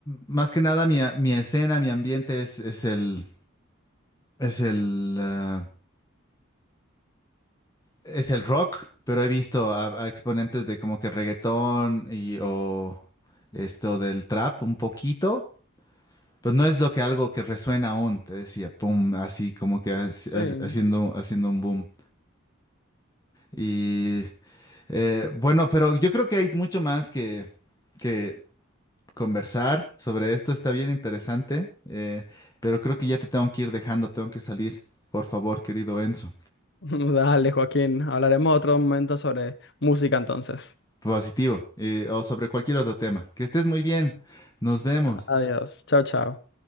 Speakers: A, on the left (about 20°); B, on the left (about 55°).
A: más que nada mi, a- mi escena, mi ambiente es, es el, es el, ah, es el rock, pero he visto a, a exponentes de como que reggaetón y o esto del trap un poquito. Pues no es lo que algo que resuena aún, te decía, pum, así como que haci-
B: Sí.
A: haci- haciendo, haciendo un boom. Y eh, bueno, pero yo creo que hay mucho más que, que conversar sobre esto, está bien interesante, eh, pero creo que ya te tengo que ir dejando, tengo que salir, por favor, querido Enzo.
B: <laughs> Dale, Joaquín. Hablaremos otro momento sobre música entonces.
A: Positivo, eh, o sobre cualquier otro tema. Que estés muy bien, nos vemos.
B: Adiós. Chao, chao.